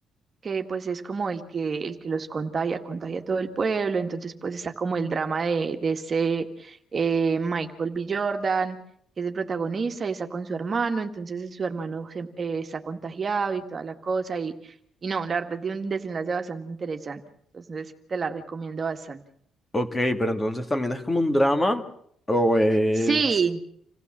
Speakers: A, on the right; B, on the left.
A: que pues es como el que, el que los contagia, contagia a todo el pueblo, entonces pues está como el drama de, de ese eh, Michael B. Jordan, que es el protagonista y está con su hermano, entonces eh, su hermano se- eh, está contagiado y toda la cosa, y, y no, la verdad tiene un desenlace bastante interesante, entonces te la recomiendo bastante.
B: Ok, pero entonces también es como un drama o es...
A: Sí,